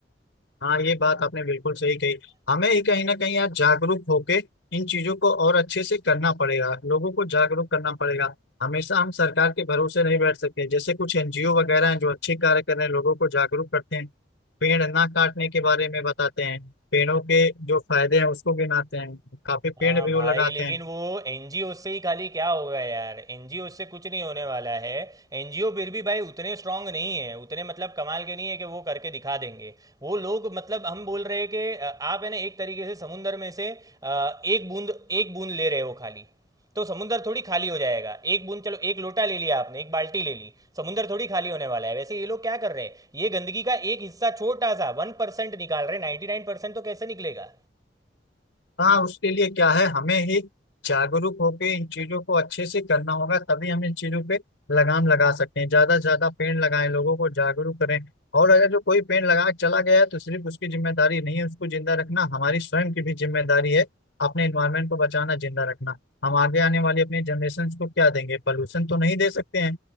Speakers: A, on the left; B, on the right.
A: हाँ ये बात आपने बिल्कुल सही कही हमें ही कहीं ना कहीं आज जागरूक होके इन चीजों को और अच्छे से करना पड़ेगा लोगों को जागरूक करना पड़ेगा हमेशा हम सरकार के भरोसे नहीं बैठ सकते जैसे कुछ एनजीओ वगैरह हैं जो अच्छे कार्य कर रहे हैं लोगों को जागरूक करते हैं पेड़ ना काटने के बारे में बताते हैं पेड़ों के जो फायदे हैं उसको गिनाते हैं काफी पेड़
B: हाँ
A: भी
B: भाई
A: वो लगाते
B: लेकिन
A: हैं
B: वो एनजीओ से ही खाली क्या होगा यार एनजीओ से कुछ नहीं होने वाला है एनजीओ फिर भी भाई उतने स्ट्रांग नहीं है उतने मतलब कमाल के नहीं है कि वो करके दिखा देंगे वो लोग मतलब हम बोल रहे हैं कि अ, आप है ना एक तरीके से समुंदर में से अ, एक बूंद एक बूंद ले रहे हो खाली तो समुंदर थोड़ी खाली हो जाएगा एक बूंद चलो एक लोटा ले लिया आपने एक बाल्टी ले ली समुंदर थोड़ी खाली होने वाला है वैसे ये लोग क्या कर रहे हैं ये गंदगी का एक हिस्सा छोटा सा वन परसेंट निकाल रहे हैं नाइन्टी नाइन परसेंट तो कैसे निकलेगा
A: हाँ उसके लिए क्या है हमें ही जागरूक होकर इन चीजों को अच्छे से करना होगा तभी हम इन चीजों पे लगाम लगा सकते हैं ज्यादा से ज्यादा पेड़ लगाएं लोगों को जागरूक करें और अगर जो कोई पेड़ लगा के चला गया है तो सिर्फ उसकी जिम्मेदारी नहीं है उसको जिंदा रखना हमारी स्वयं की भी जिम्मेदारी है अपने इन्वायरमेंट को बचाना जिंदा रखना हम आगे आने वाली अपनी जनरेशन को क्या देंगे पोल्यूशन तो नहीं दे सकते हैं